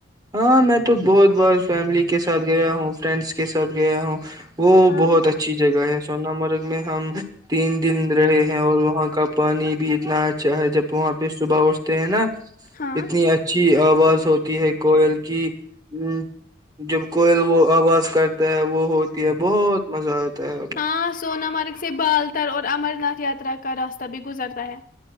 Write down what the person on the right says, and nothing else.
ہاں میں تو بہت بار فیملی کے ساتھ گیا ہوں فرینڈس کے ساتھ گیا ہوں وہ
بہت اچھی جگہ ہے سوون مرگ میں ہم تین دن رہے ہیں اور وہاں کا پانی بھی اتنا اچھا ہے جب وہاں پہ صبح اٹھتے ہیں نا
اتنی اچھی آواز ہوتی ہے کوئل کی ہ جب کوئل وہ آواز کرتا ہے وہ ہوتی ہے بہت مزہ آتا ہے ادھر۔